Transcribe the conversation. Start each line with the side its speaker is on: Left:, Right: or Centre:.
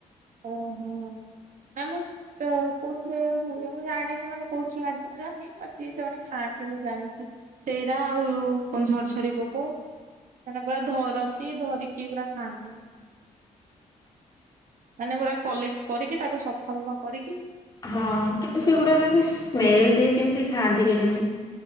Right: ଓହୋ ଆ ମୁଁ ତ କୋଉଥିରେ ହୁଏ ମୁଁ ଜାଣିନି ମାନେ କୋଉଥିରେ ଲାଗିିବ ମୁଁ ଜାଣିନି ମତେ ସେମାନେ ଖାଆନ୍ତି ମୁଁ ଜାଣିଛି। ସେଇରା ଆଉ କଣ ଝରଝର ପୋକ। ମାନେ ପୁରା ଧରନ୍ତି ଧରିକି ପୁରା ଖାଆନ୍ତି। ମାନେ ପୁରା କଲେକ୍ଟ କରିକି ତାକୁ ସଫା ସଫା କରିକି
Left: ହଁ କିନ୍ତୁ ସେଗୁଡା କେମତି ସ୍ମେଲ ଦିଏ କେମିତି ଖାଆନ୍ତି କେଜାଣି?